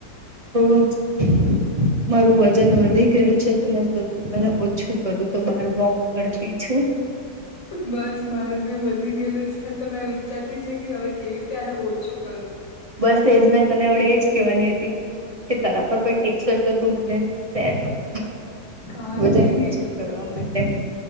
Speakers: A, on the right; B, on the left.
A: <unintelligible> મારું વજન વધી ગયેલું છે તો મે સોચુ મને ઓછું કરું. તો બાર વોક કરતી છું.
B: બસ મારું બી વધી ગયેલું છે તો મેં વિચારતી છે કે હવે કેવી રીતે આને ઓછું કરું.
A: બસ એજ મેં તને હવ્ડે એજ કહેવાની હતી. કે તરા પર કોઈ ટીપ્સ હોય તો તું મને શેર કર.
B: ખાતી
A: વજન ઓછું કરવા માટે.